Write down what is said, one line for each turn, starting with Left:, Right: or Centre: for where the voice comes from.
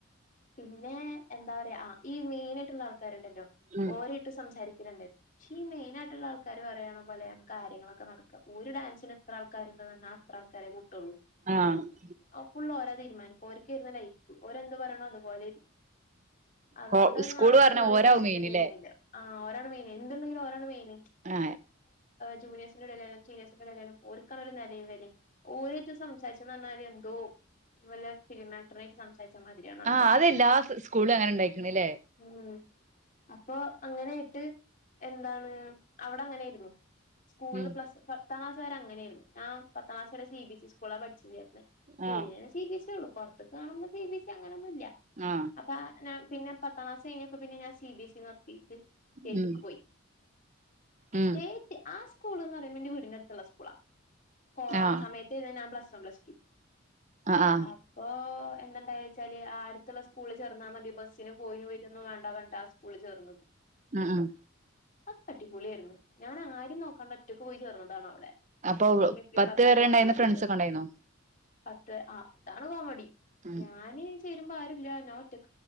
Left: പിന്നെ എന്താ പറയാ ഈ മെയിൻ ആയിട്ടുള്ള ആൾക്കാരുണ്ടല്ലോ
Right: ഉം
Left: ഓര ഇട്ടും സംസാരിക്ക ഇ രണ്ട് പക്ഷെ ഈ മെയിൻായിയിട്ടുള്ള ആൾക്കാാര് പറയണ പോലെയാണ് കാര്യങ്ങളൊക്കെ നടക്കുക ഒരു ഡാൻസിന് ഇത്ര ആൾക്കാരുണ്ട് പറഞ്ഞ അത്ര ആൾക്കാരെ കൂട്ടൊള്ളൂ
Right: ആഹ്
Left: ഫുുള്ള് ഓരാ തീരുമാനിക്കും ഓൻക്കെ ലൈഫ് ഓരെന്ത് പറയണം അതുപോലെ അതുകൊണ്ട്ന്ന്
Right: കോ
Left: ആ സ്കൂള്
Right: പറഞ്ഞ
Left: വല്ല്യ
Right: ഓരാവും
Left: ഇഷ്ടണ്ടിരുന്നില്ല
Right: മെയിനില്ലേ
Left: ആ ഒരാണ് മെയ്ൻ എന്ത്ണ്ടെങ്കിലും ഓരാണ് മെയിൻ
Right: ആ
Left: ജൂനിയേഴ്സിന്റെ ടെലായാലും സീനിയേ്സിന്റെടെലായാലും ഓൽക്കാണ് നിലയും വെലം ഓലായിട്ട് സംസാരിച്ച പറഞ്ഞാൽ എന്തോ നല്ല ഫിലിമാക്ടറിയി സം തയച്ചമാതിരിയാണ് ആൾക്കാർക്കൊക്കെ
Right: ആ അതെല്ലാ സ്കൂളും അങ്ങനെ ഉണ്ടായിക്കണല്ലേ
Left: ഉം അപ്പൊ അങ്ങനൊയിട്ട് എന്താണ് അവിടെ അങ്ങനൊയിരുന്നു സ്കൂളില്
Right: ഉം
Left: പ്ലസ് പത്താംക്ാസ് വരെങ്ങനെയായിരുന്നു പത്താംക്ലാസ് വരെ സി ബി എസ് ഇ സ്കൂളാണ് പഠിച്ചുേരുന്നേ
Right: ആ
Left: സി ബിസ് ഇ ഉള്ളു പുറത്തേക്ക് കാണുമ്പോ സി ബി എസ് സി അങ്ങനെയൊന്നും ഇല്ല
Right: ആ
Left: അപ്പൊ പിന്നെ പത്താം ക്ലാസ് കഴിഞ്ഞ് അ പിന്നെ ഞാൻ സി ബി എസ് ഇ നടത്തിട്ട് സ്റ്റേറ്റ്ക്ക്
Right: ഉം
Left: പോയി
Right: ഉം
Left: സ്റ്റേറ്റ് ആ സ്കൂൾ എന്ന് പറയുമ്പോ എന്റെ വീടിന്ന ടുത്തുള്ള സ്കൂളാ കൊറോണ
Right: ആ
Left: സമയത്ത് ഞാൻ പ്ലസ്വൺ പ്ലസ്ടു
Right: ആ ആ
Left: അപ്പൊ എന്തൊ വച്ചാല് അടുത്തുള്ള സ്കൂിൽ ചേർന്നാൽ മതി ബസ്സിന് പോ പോയിട്ടൊന്ന വേണ്ട വേണ്ടി ആ സ്കൂിൽ ചേർന്നത്
Right: ഉം ഉം
Left: അത് അടിപൊളി ആായിരുന്നു ഞാൻ ആരും നോക്കാണ്ട് ഒറ്റക്ക് പോയി ചേർന്നതാണോ അവിടെ
Right: അപ്പൊ
Left: എന്റെ ഇമ്മി ഇ പ്പിം
Right: പത്ത്
Left: പറഞ്ഞിട്ട്
Right: പേരെ ഉണ്ടായിരുന്ന
Left: അങ്ങനെ പോയി
Right: ഫ്രണ്ട്സ്
Left: ചേർന്ന്
Right: ഒക്കെ ഉണ്ടായിരുന്നോ
Left: പത്ത് ആ അതാണ് കോമഡി
Right: ഉം
Left: ഞാന് ചരുമ്പോ ആരുല്ല ഞാൻ ഒറ്റക്ക്